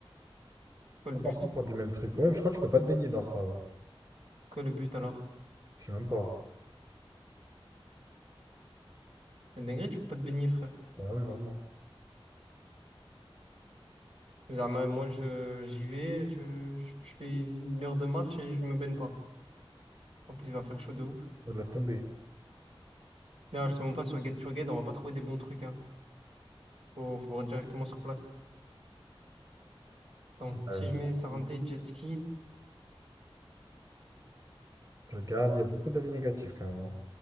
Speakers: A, on the right; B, on the right.
A: Quoi
B: Attention,
A: le but?
B: on parle du même truc. Ouais, je crois que tu peux pas te baigner dans ça, ouais.
A: Quoi le but alors?
B: Je sais même pas.
A: C'est une dinguerie, tu peux pas te baigner, frère.
B: Ouais, ouais, vraiment.
A: Ah, mais Moi, je, j'y vais, je, je fais une heure de marche et je me baigne pas. En plus, il va faire chaud de ouf.
B: On laisse tomber.
A: Là, je te montre pas sur Get Your Guide, on va pas trouver des bons trucs, hein. Faut, faut voir directement sur place. Attends,
B: Euh,
A: si je
B: je
A: mets
B: pense
A: ça
B: que c'est
A: rendait
B: bien.
A: jet ski.
B: Je regarde, il y a beaucoup d'avis négatifs quand même, hein,